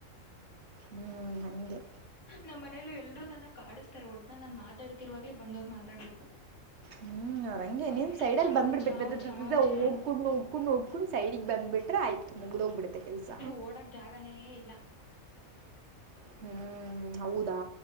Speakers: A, on the right; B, on the left.
A: ಹ್ಞೂ ಹಂಗೆ
B: ನಮ್ಮ್ನೆಯಲ್ಲ ಎಲ್ರು ನನ್ನ ಕಿಸ್ತಾರೆ ಒಟ್ಟಟ್ನಲ್ಲಿ ನಾನ್ ಮಾತಾತಿರುವಾಗ್ ಬಂದವ್ರು ಮಾತಾಡ್ಬೇಕು
A: ಹ್ಮ್ ಅವಂಗೆ
B: ಒಟ್ಟು
A: ನೀನ್ ಸೈಡ
B: ಚಾವ್
A: ಅಲ್ಲಿ ಬಂದ್ಬಿಡ್ಬೇಕು
B: ಚಾವ್ ಚಾವ್
A: ನಕೊಂಡ್
B: ಚ
A: ನೋಡ್ಕೊಂಡ್ ನೋಡ್ಕೊಂಡ್ ಸೈಡಗ್ ಬಂದ್ಬಿಟ್ರೆ ಆಯ್ತು ಮುಂಗಡ ಹೋಗ್ಬಿಡತೆ ಕೆಲ್ಸ
B: ಓಡಕ್ ಜಾಗನೇ ಇಲ್ಲ
A: ಹ್ಮ್ ಹೌದಾ